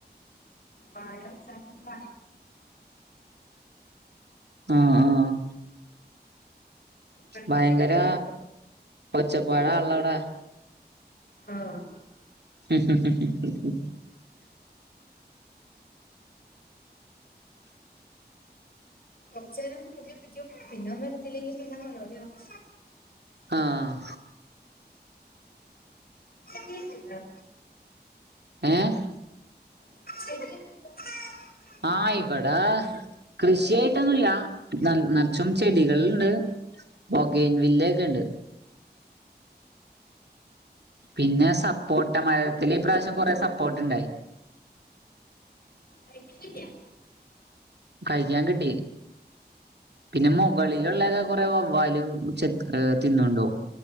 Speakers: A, on the left; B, on the right.
A: വാഴവെച്ചാലും <inaudible>
B: ആഹ് ആഹ്
A: പണിക്കാരെയൊക്കെ
B: ഭയങ്കരാ
A: പറഞ്ഞോട്ടും
B: ഒച്ചപ്പാടാണല്ലോവടെ?
A: ആഹ്
B: മ് മ് ഹ് ഹ്
A: കൊറച്ചേരം കൂകി വിളിക്കും പിന്നാ ഒന്നെടുത്തില്ലെങ്കി പിന്നെ നെലോളിയാവും.
B: ആഹ്
A: ചെടിയക്കെണ്ടോ?
B: ഏഹ്
A: ചെടിയക്കെണ്ടോ?
B: ആഹ് ഇവടെ കൃഷിയായിട്ടൊന്നുല്ല ന നറച്ചും ചെടികള്ണ്ട്. ഭോഗൈൻ വില്ലയൊക്കെണ്ട്. പിന്നെ സപ്പോട്ട മരത്തില് ഇപ്രാവശ്യം കൊറെ സപ്പോട്ടണ്ടായി.
A: കയിക്കാൻ കിട്ടിയാ?
B: കഴിക്കാൻ കിട്ടി. പിന്നെ മുകളിലുള്ളക്കെ കൊറെ വവ്വാല് ചെ ഹേ തിന്നണ്ടോവും.